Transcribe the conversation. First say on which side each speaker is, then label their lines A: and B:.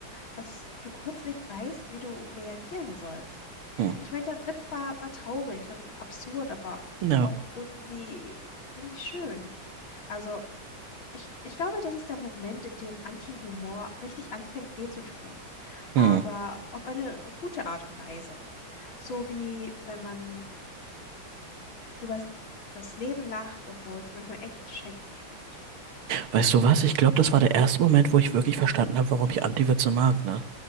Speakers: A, on the left; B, on the right.
A: dass du kurz nicht weißt, wie du reagieren sollst.
B: Hm.
A: Ich meine, der Witz war, war traurig und absurd, aber
B: No.
A: auch irgendwie, irgendwie schön. Also, Ich, ich glaube, das ist der Moment, in dem Anti-Humor richtig anfängt, weh zu tun, aber
B: Hm.
A: auf eine gute Art und Weise. So wie wenn man über das Leben lacht, obwohl es manchmal echt schräg spielt.
B: Weißt du was? Ich glaube, das war der erste Moment, wo ich wirklich verstanden habe, warum ich Anti-Witze mag, ne?